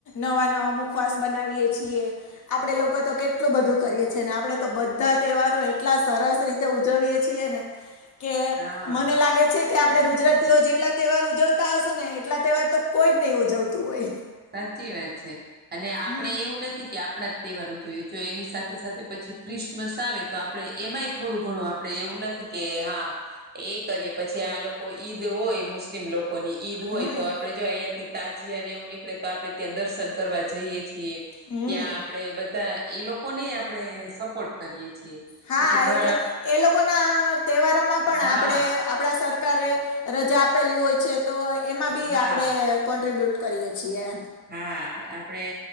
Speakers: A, on the left; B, on the right.
A: નવા-નવા મુખવાસ બનાવીયએ છીએ. આપણે લોકો તો કેટલું બધું કરીએ છીએ, ને આપણે તો બધા તહેવારો એટલા સરસ રીતે ઉજવીએ છીએ ને કે
B: હા
A: મને લાગે છે કે આપણેે ગુજરાતીઓ જેટલા તહેવાર ઉજવતા હશુ ને, એટલા તહેવાર તો કોઈ જ નહી ઉજવતું હોય.
B: સાચી વાત છે, અને આપડે
A: હમ
B: એવું નથી કે આપણા જ તહેવાર ઉજઈએ, જો એની સાથે સાથે પછી ક્રિસમસ આવે તો આપણે એમાંય થોડું ઘણું આપણે એવું નથી. કે હા, એ કરીએ પછી આ લોકો ઈદ હોય મુસ્ લોકોની ઈદ હોય
A: હમ
B: તો આપણે જો અહીંથી તાજીયા અને એવું ની એટલે તો આપડે ત્યાં દર્શન કરવા જઈએ છીએ
A: હમ
B: ત્યાં આપડે બધા એ લોકોને આપણે સપોર્ટ કરીએ છીએ.
A: હા,
B: પછી ઘ
A: એટલે એ લોકો ના તહેવારોમાં પણ
B: હા
A: આપણેે આપણા સરકારે રજા આપેલી હોય છે, તો એમાં બી
B: હા
A: આપણે કોન્ટ્રીબ્યૂટ કરીએ છીએ એમ.
B: હા, આપણે